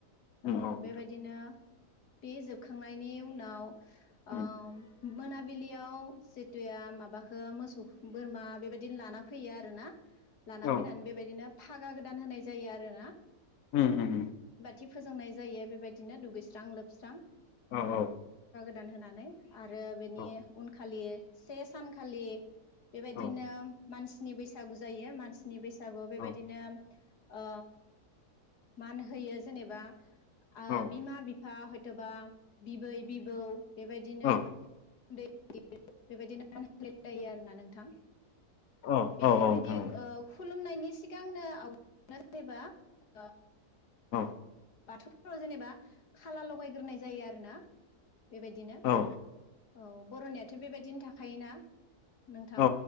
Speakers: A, on the left; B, on the left.
A: उम,
B: औ
A: नोंथां
B: बेबायदिनो बे जोबखांनायनि उनाव
A: उम,
B: आओम। मोनाबिलियाव जिटुया माबाखो मोसौ बोरमा बेबायदि लाना फैयो आरोना। लाना
A: औ
B: फैनानै बेबायदिनो फागा गोदान होनाय जायो आरो ना।
A: उम उम उम।
B: थि फोजोंनाय जायो बेबायदिनो दुगैस्रां लोबस्रां।
A: औ औ।
B: दान होनानै। आरो बेनि
A: औ
B: उनखालि से सानखालि बेबायदिनो
A: औ
B: मानसिनि बैसागु जायो मानसि नि बैस सागु बेबायदिनो
A: औ
B: ओ मान होयो जेनेबा आ
A: औ
B: बिमा बिफ फा हयथ'बा बिबै बिबौ। बेबायदिनो
A: औ
B: उन्दै गिदिर बेबायदिनो हो <unintelligible> जायो आरोना नोंथां।
A: औ
B: बेबायदि
A: औ नोंथां
B: ओ खुलुमनायनि सिगांनो आव <unintelligible> नो जेनेबा ओ
A: औ
B: बाथौफोराव जेनेबा खाला लगायग्रोनाय जायो आरो ना। बेबायदिनो
A: औ
B: औ बरनियाथ बेबायदिनो थाखायोना। नोंथां
A: औ